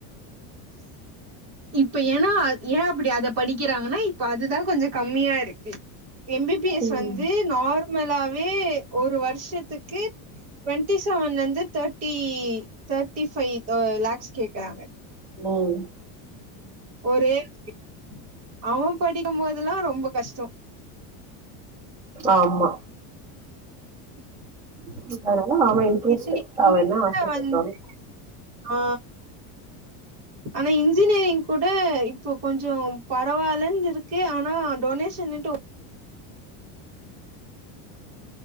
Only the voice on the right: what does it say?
இப் இப்ப ஏனா ஏ அப்டி அத படிக்கிறாங்கனா இப்ப அதுதா கொஞ்சோ கம்மியாருக்கு எம் பி பி எஸ்
வந்து நார் மலாவே ஒரு வருஷத்துக்கு டுவெண்ட்டி செவன்லந்து தேர்ட்டி தேர்டி ஃபைவ் லேக்ஸ் கேக்கறாங்க
ஒரே இருக்கு அவ படிக்கும்போதெல்லா ரொம்ப கஷ்ட
<unintelligible>
இத்தனைக்கு
நீட்ல
வந்து ஆ ஆனா இன்ஜினியரிங் கூட இப்போ கொஞ்ச பரவாயில்லன்னு இருக்கு ஆனா டொனேஷன்னுட்டு